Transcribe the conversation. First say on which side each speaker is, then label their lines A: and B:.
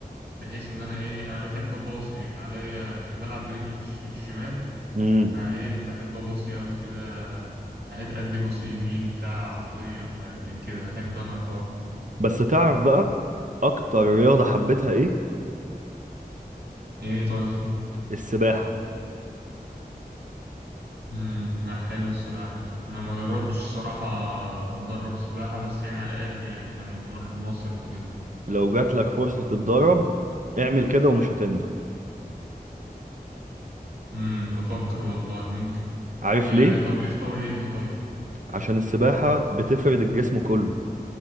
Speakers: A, on the right (about 80°); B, on the right (about 50°).
A: بحيث ان انا ايه انا بحب اباصي عليا يعني بلعب برجلي الش- الشمال
B: امم
A: فايه بحب اباصي قوي كده اهد ادي باصي يمين بتاع عرضية مش عارف ايه كده احب انا الحوار ده
B: بس تعرف بقى اكتر رياضة حبيتها ايه
A: ايه طيب
B: السباحة
A: امم لا حلو السباحة انا ما جربتش الصراحة اتدرب سباحة بس يعني على قد يعني لما بنروح المصيف وكده
B: لو جات لك فرصة تتدرب اعمل كده ومش هتندم
A: امم بفكر والله ممكن
B: عارف
A: يا
B: ليه
A: طب ايه فوائدها طيب
B: عشان السباحة بتفرد الجسم كله